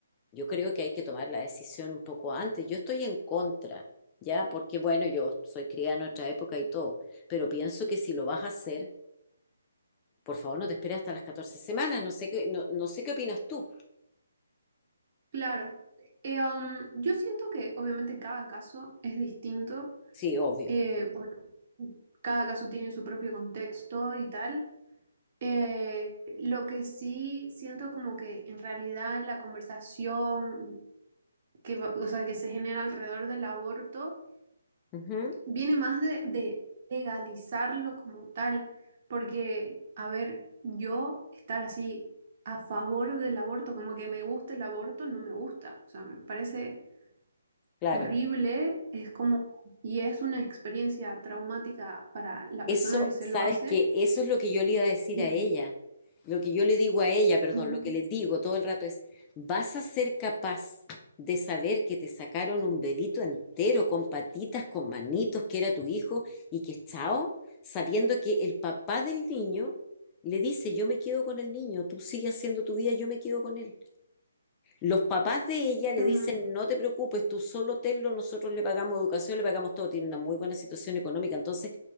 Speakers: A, on the left; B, on the right.
A: yo creo que hay que tomar la decisión un poco antes. Yo estoy en contra, ¿ya? Porque bueno, yo soy criada en otra época y todo, pero pienso que si lo vas a hacer, por favor, no te esperes hasta las 14 semanas, no sé qué, no, no sé qué opinas tú.
B: claro. Eh, um, yo siento que obviamente cada caso es distinto.
A: Sí, obvio.
B: Eh, bueno, cada caso tiene su propio contexto y tal. Eh, lo que sí siento como que en realidad la conversación que, va- o sea, que se genera alrededor del aborto
A: Ujú,
B: viene más de, de legalizarlo como tal, porque, a ver, yo estar así a favor del aborto, como que me gusta el aborto, no me gusta, o sea, me parece
A: claro.
B: horrible, es como, y es una experiencia traumática para la
A: Eso,
B: persona que se
A: sabes
B: lo hace.
A: que eso es lo que yo le iba a decir
B: Y-
A: a ella. Lo que yo le digo a ella, perdón,
B: Ujú,
A: lo que le digo todo el rato es, ¿vas a ser capaz de saber que te sacaron un bebito entero con patitas, con manitos, que era tu hijo y que es chao? Sabiendo que el papá del niño le dice, yo me quedo con el niño, tú sigues haciendo tu vida, yo me quedo con él. Los papás de ella le
B: ujú,
A: dicen, no te preocupes, tú solo tenlo, nosotros le pagamos educación, le pagamos todo, tiene una muy buena situación económica, entonces